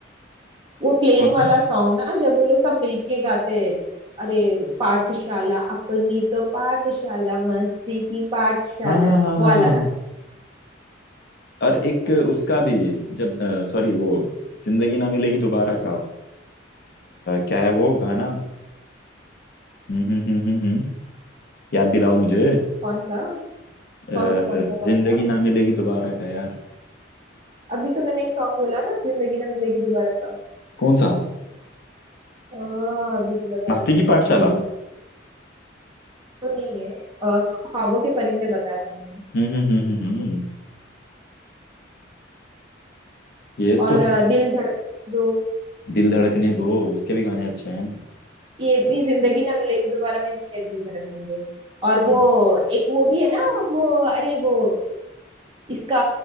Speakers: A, on the right; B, on the left.
A: वो प्लेन
B: कौन
A: वाला
B: सा
A: सॉन्ग ना जब वो लोग सब मिलके गाते हैं अरे पाठशाला अपनी तो पाठशाला मस्ती की पाठशाला
B: हाँ हाँ
A: वो
B: हाँ हाँ
A: वाला
B: हाँ हाँ।
A: ना
B: और एक उसका भी जब सॉरी वो जिंदगी ना मिलेगी दोबारा का अ, क्या है वो गाना हम्म हम्म हम्म हम्म हम्म। याद दिलाओ मुझे
A: कौन सा
B: अ,
A: कौन सा कौन सा कौन
B: जिंदगी
A: सा
B: ना मिलेगी दोबारा का यार
A: अभी तो मैंने एक सॉन्ग बोला ना जिंदगी ना मिलेगी दोबारा का
B: कौन सा
A: आ, अभी तो बताया
B: मस्ती की
A: था
B: पाठशाला
A: मैंने तो नहीं है अ, ख्वाबों के परिंदे बताया था मैंने
B: हम्म हम्म हम्म हम्म हम्म। ये
A: और
B: तो
A: अ,
B: है
A: दिल धड़क दो
B: दिल धड़कने दो उसके भी गाने अच्छे हैं
A: ये भी जिंदगी ना मिलेगी दोबारा में भी है दिल धड़कने दो और
B: हाँ
A: वो एक वो भी है ना वो अरे वो इसका